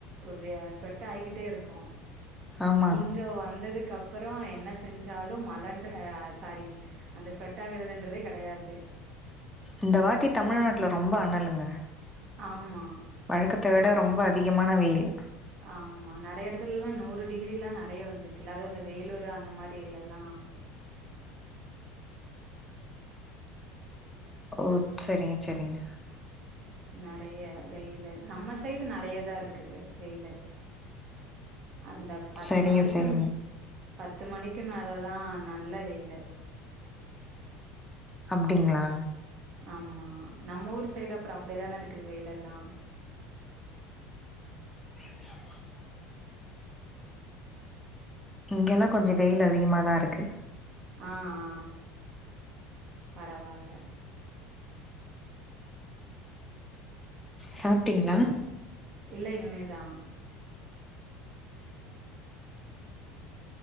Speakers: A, on the right; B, in the centre.
A: வ ஸ்வெட் ஆயிக்கிட்டே இருக்கு
B: ஆமா
A: இங்க வந்ததுக்கு அப்புறோ என்ன செஞ்சாலு மழன்ட அ சாரி அந்த ஸ்வெட் ஆகறிறதுன்றதே கெடையாது
B: இந்த வாட்டி தமிழ்நாட்ல ரொம்ப அனலுங்க
A: ஆம்மா
B: வழக்கத்த விட ரொம்ப அதிகமான வெய்லு
A: ஆமா நறைய எடத்துலல்லா நூறு டிகிரில்லா நறைய வந்துச்சுல்ல அதா அந்த வேலூரு அந்த மாரி ஏரியால்லா
B: ஓ செரிங்க செரிங்க
A: நறைய வெயிலு நம்ம சைடு நறைய தா இருக்குது வெய்லு அந்த பத்து
B: சரிங்க
A: மணிக்கும்
B: சரிங்க
A: பத்து மணிக்கு மேலல்லா நல்ல வெயிலு
B: அப்டிங்ளா
A: ஆமா நம்ம ஊர் சைடு அப்றோ அப்டிதான இருக்கு வெயிலெல்லா
B: <unintelligible> இங்கெல்லா கொஞ்ச வெயில் அதிகமாதா இருக்கு
A: ஆ ஆ பரவால்ல
B: சாப்ட்டீங்ளா
A: இல்ல இனிமேதா